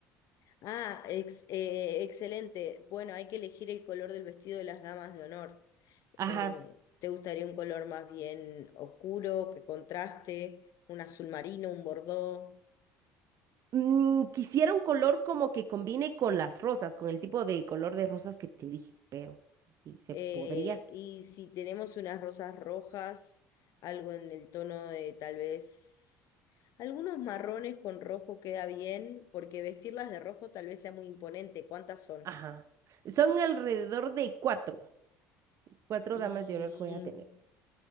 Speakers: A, on the left (about 60°); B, on the right (about 55°).
A: Ah, ex- eh, excelente. Bueno, hay que elegir el color del vestido de las damas de honor.
B: Ajá.
A: Eh, ¿te gustaría un color más bien oscuro, que contraste? Un azul marino, un bordó.
B: Mm, quisiera un color como que combine con las rosas, con el tipo de color de rosas que te dije, pero sí, se
A: Eh,
B: podría.
A: y si tenemos unas rosas rojas, algo en el tono de tal vez algunos marrones con rojo queda bien, porque vestirlas de rojo tal vez sea muy imponente. ¿Cuántas son?
B: Ajá. Son alrededor de cuatro, cuatro
A: Y
B: damas de honor que voy a tener.